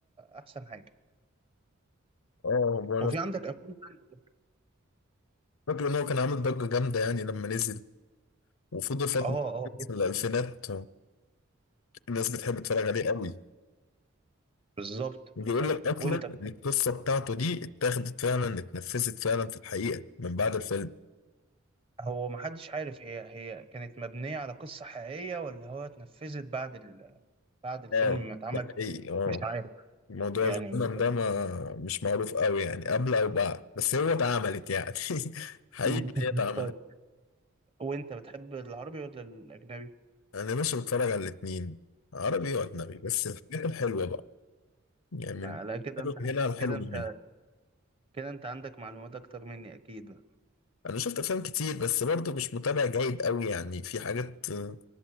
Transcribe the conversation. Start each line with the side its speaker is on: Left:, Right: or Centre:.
Right: احسن حاجه
Left: اه هو أنا
Right: وفي عندك افلام تانية.
Left: فاكر ان هو كان عامل ضجه جامده يعني لما نزل وفضل فتره
Right: اه اه جدا.
Left: في الالفينات الناس بتحب تتفرج عليه قوي
Right: بالظبط
Left: بيقول
Right: بالظبط
Left: لك اصلا
Right: وانت
Left: إن القصه بتاعته دي اتاخدت فعلا اتنفذت فعلا في الحقيقه من بعد الفيلم
Right: هو محدش عارف هي هي كانت مبنيه على قصه حقيقيه ولا هو اتنفذت بعد ال... بعد الفيلم
Left: اه
Right: ما اتعمل
Left: ده حقيقي اه
Right: مش عارف
Left: موضوع
Right: يعني
Left: الزمن ده ما مش معروف قوي يعني قبل او بعد بس هو اتعملت يعني <laughs> حقيقي
Right: <laughs>
Left: إن هي اتعملت
Right: طيب وانت بتحب العربي ولا الاجنبي
Left: انا مش بتفرج على الاتنين عربي واجنبي بس الحاجات الحلوه بقى يعني
Right: آه،
Left: من
Right: لا كده
Left: حلو
Right: انت
Left: من هنا الحلو
Right: كده انت
Left: من هنا
Right: كده انت عندك معلومات اكتر مني اكيد بقى.
Left: انا شفت افلام كتير بس برضه مش متابع جيد قوي يعني في حاجات آه،